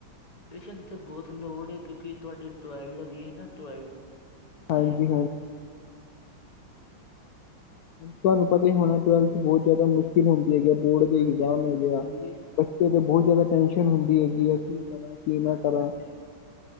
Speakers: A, on the left (about 20°); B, on the left (about 75°).
A: ਟਿਊਸ਼ਨ 'ਤੇ ਬੋਤ ਲੋੜ ਏ ਕਿਉਂਕਿ ਤੁਹਾਡੀ ਟਵਲਡ ਵੀ ਏ ਨਾ ਟਵਲ, ਤਾਂ
B: ਹਾਂਜੀ
A: ਈ ਕਰ
B: ਹਾਂਜੀ ਤੁਹਾਨੂੰ ਪਤਾ ਈ ਹੋਣਾ ਟਵੈਲਥ ਬੋਹ ਜਿਆਦਾ ਮੁਸ਼ਕਿਲ ਹੁੰਦੀ ਹੈਗੀ ਆ ਬੋਰਡ ਦੇ
A: ਹਾਂਜੀ,
B: ਇਗਜ਼ਾਮ
A: ਬਿਲਕੁਲ
B: ਹੈਗੇ ਆ।
A: ਜੀ
B: ਬੱਚੇ 'ਤੇ ਬੋ ਜਿਆਦਾ ਟੈਨਸ਼ਨ ਹੁੰਦੀ ਹੈਗੀ ਆ ਕੀ ਕਰਾਂ ਕੀ ਨਾ
A: ਹਾਂਜੀ
B: ਕਰਾਂ,